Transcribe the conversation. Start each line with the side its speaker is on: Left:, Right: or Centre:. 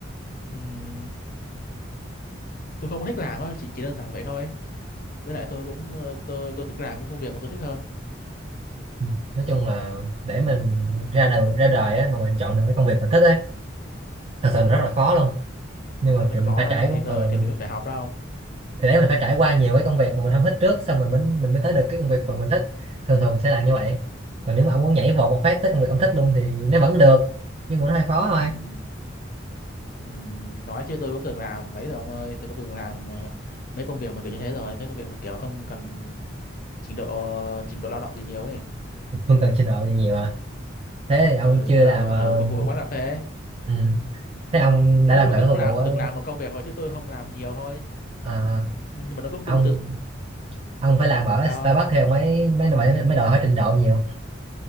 Left: ừm, tôi không có thích làm á chỉ chỉ đơn giản vậy thôi với lại tôi cũng ờ, tôi tôi thích làm những công việc mà tôi thích hơn
Right: Ừ. nói chung là để mình ra đầu ra đời á mà mình chọn được cái công việc mình thích ấy thật sự là
Left: ừ.
Right: rất là khó luôn nhưng mà
Left: nó
Right: kiểu
Left: khó
Right: mình phải trải
Left: đấy thì
Right: qua
Left: tôi
Right: ờ, mình
Left: thì mình có phải học đâu
Right: thì đấy mình phải trải qua nhiều cái công việc mà mình không thích trước xong rồi mình mình mới tới được cái công
Left: ừ.
Right: việc mà mình thích thường thường sẽ là như vậy còn nếu mà ông muốn nhảy vọt một phát tới công việc ông thích luôn thì nó vẫn được nhưng mà nó hơi khó thôi
Left: Ừ. Ừ. nói chứ tôi cũng từng làm mấy rồi ông ơi tôi cũng từng làm ờ, mấy công việc mà kiểu như thế rồi mấy công việc mà kiểu không cần trình độ trình độ lao động gì nhiều ấy
Right: không cần trình độ gì nhiều à thế thì
Left: Ờ,
Right: ông chưa
Left: tôi
Right: làm
Left: làm ờ,
Right: ờ,
Left: thử phục vụ ở quán cà phê ấy.
Right: ừ. thế ông
Left: Nói
Right: đã làm
Left: chung là
Right: thử
Left: tôi cũng
Right: phục
Left: làm
Right: vụ ở,
Left: từng làm một công việc rồi chứ tôi không làm nhiều thôi
Right: à,
Left: nhưng mà nó cũng
Right: ông
Left: tương tự
Right: ông phải làm ở
Left: sao
Right: Starbucks
Left: không
Right: thì ông mới mới mới, mới đòi hỏi trình độ nhiều